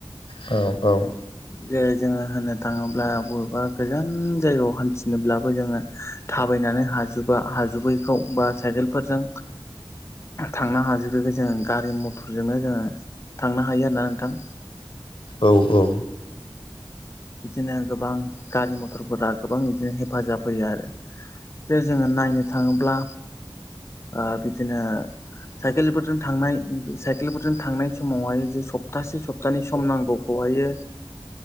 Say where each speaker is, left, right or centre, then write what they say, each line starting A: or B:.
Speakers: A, on the left (about 80°); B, on the left (about 30°).
A: औ औ
B: जे जोङो होननो थाङोब्ला बबेबा गोजान जायगायाव हान्थिनोब्लाबो जोङो थाबायनानै हाजोबा हाजोबैखौ बा साइकेलफोरजों थांनो हाजोबखो जोङो गारि मथरजोंनो जोङो थांनो हायो आरोना नोंथां
A: औ - औ
B: बिदिनो गोबां गारि - मथरफोरा गोबां बिदिनो हेफाजाब होयो आरो जे जोङो नायनो थाङोब्ला ओ बिदिनो साइकेलफोरजों थांनाय साइकेलफोरजों थांनाय समावहाय सप्तासे सप्तानि सम नांगौखौहायो